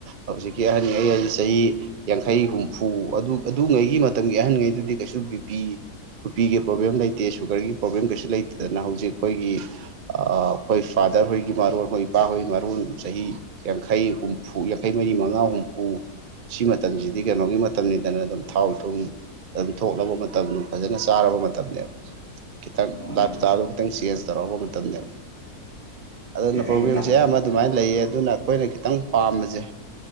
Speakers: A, on the right; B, on the right.
A: ꯍꯧꯖꯤꯛꯀꯤ ꯑꯍꯟꯉꯩ ꯍꯥꯏꯖꯦ ꯆꯍꯤ ꯌꯥꯡꯈꯩ ꯍꯨꯝ ꯐꯨ ꯑꯗꯨ ꯑꯗꯨꯉꯩꯒꯤ ꯃꯇꯝꯒꯤ ꯑꯍꯟꯉꯩꯗꯨꯗꯤ ꯀꯩꯁꯨ ꯕꯤꯄꯤ ꯅꯨꯄꯤꯒꯤ ꯄ꯭ꯔꯣꯕ꯭ꯂꯦꯝ ꯂꯩꯇꯦ ꯁꯨꯒꯔꯒꯤ ꯄ꯭ꯔꯣꯕ꯭ꯂꯦꯝ ꯀꯩꯁꯨ ꯂꯩꯇꯦꯗꯅ ꯍꯧꯖꯤꯛ ꯈꯣꯏꯒꯤ ꯑꯥ ꯑꯈꯣꯏ ꯐꯥꯗꯔ ꯍꯣꯏꯒꯤ ꯃꯔꯣꯟ ꯍꯣꯏ ꯏꯄꯥ ꯍꯣꯏꯒꯤ ꯃꯔꯣꯟ ꯆꯍꯤ ꯌꯥꯡꯈꯩ ꯍꯨꯝꯐꯨ ꯌꯥꯡꯈꯩ ꯃꯔꯤ ꯃꯉꯥ ꯍꯨꯝꯐꯨ ꯁꯤ ꯃꯇꯝꯁꯤꯗꯤ ꯀꯩꯅꯣꯒꯤ ꯃ ꯇꯝꯅꯤꯗꯅ ꯑꯗꯨꯝ ꯊꯥꯎ ꯊꯨꯝ ꯑꯗꯨꯝ ꯊꯣꯛꯂꯕ ꯃꯇꯝ ꯑꯗꯨꯝ ꯐꯖꯅ ꯆꯥꯔꯕ ꯃꯇꯝꯅꯦꯕ ꯈꯤꯇꯪ
B: ꯎꯝ
A: ꯂꯥꯏꯞ ꯁ꯭ꯇꯥꯏꯜꯗꯣ ꯈꯤꯇꯪ ꯆꯦꯟꯖ ꯇꯧꯔꯕ ꯃꯇꯝꯅꯦꯕ ꯑꯗꯨꯅ
B: ꯑꯦ ꯑꯩꯗ
A: ꯄ꯭ꯔꯣꯕ꯭ꯂꯦꯝꯖꯦ ꯑꯌꯥꯝꯕ ꯑꯗꯨꯃꯥꯏꯅ ꯂꯩꯌꯦ ꯑꯗꯨꯅ ꯈꯣꯏꯅ ꯈꯤꯇꯪ ꯄꯥꯝꯕꯖꯦ